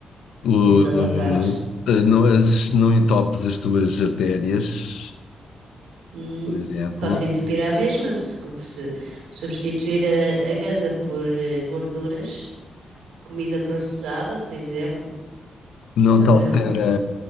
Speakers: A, on the left; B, on the right.
A: O-
B: E dos autocarros.
A: eh, não, as, não entopes as tuas artérias,
B: Hum.
A: por exemplo.
B: Faço entupir à mesma se, se substituir a, a ganza por eh, gorduras Comida processada, por exemplo,
A: Não
B: faz
A: te altera,
B: a mesma coisa.